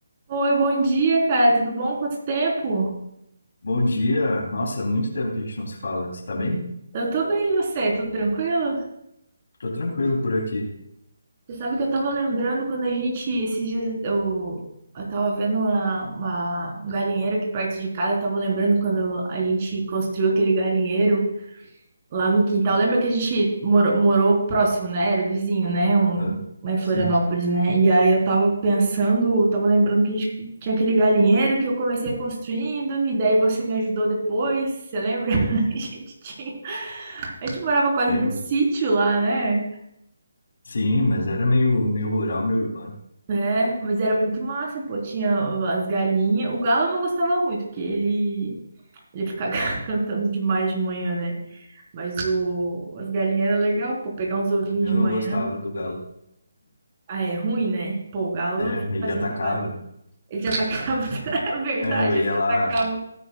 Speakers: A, on the right (about 35°); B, on the left (about 65°).
A: Oi, bom dia, cara. Tudo bom? Quanto tempo?
B: Bom dia. Nossa, é muito tempo que a gente não se fala. Você tá bem?
A: Eu tô bem, e você? Tudo tranquilo?
B: Tô tranquilo por aqui.
A: Você sabe que eu tava lembrando quando a gente, esses dias, eu, eu tava vendo uma, uma- um galinheiro aqui perto de casa. Eu tava lembrando quando a gente construiu aquele galinheiro. lá no quintal. Lembra que a gente morou, morou próximo, né? Era vizinho, né?
B: Aham.
A: Um, lá em Florianópolis,
B: Sim,
A: né? E aí eu tava pensando, eu tava lembrando que a gente tinha aquele galinheiro que eu comecei construindo, e daí você me ajudou depois, você lembra? <laughs> A gente tinha. A gente morava quase
B: lembro.
A: num sítio lá, né?
B: Sim, mas era meio, meio rural, meio urbano.
A: É, mas era muito massa, pô. Tinha as galinhas. O galo eu não gostava muito, porque ele, ele ficava <laughs> cantando demais de manhã, né? Mas o, as galinhas era legal, pô, pegar uns ovinhos
B: Eu
A: de manhã.
B: não gostava do galo.
A: Ah, é ruim, né? Pô, o galo
B: É, ele
A: faz
B: atacava.
A: muito barulho. Ele te atacava. <laughs> É verdade,
B: É, eu ia
A: ele te
B: lá,
A: atacava.